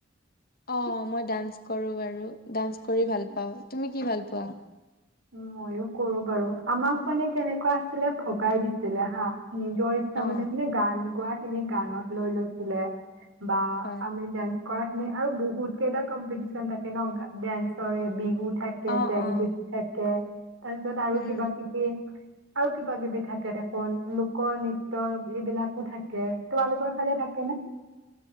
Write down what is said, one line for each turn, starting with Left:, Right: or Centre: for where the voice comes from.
Left: অ মই ডান্স কৰো বাৰু ডান্স কৰি ভাল পাওঁ তুমি কি ভাল পোৱা ।
Right: মইয়ো কৰো বাৰু আমাক মানে কেনেকুৱা আছিলে ভগাই দিছিলে হা। নিজৰ ইচ্ছা
Left: অ
Right: মানে গান গোৱা। এনে গানত লৈ লৈছিলে। বা
Left: হয়
Right: আমি যান। কৰা খিনি আৰু বহুত কেই এটা কম্পিটিচন থাকে ন ডান্সৰ বিহুত। থাকে
Left: অ
Right: জেংবিহু।
Left: অ
Right: থাকে। তাৰ পিছত আৰু
Left: উম
Right: কিবা কিবি। আৰু কিবা কিবি থাকে দেখোন লোক নৃত্য এইবিলাকো থাকে। তোমালোকৰ ফালে থাকে নে?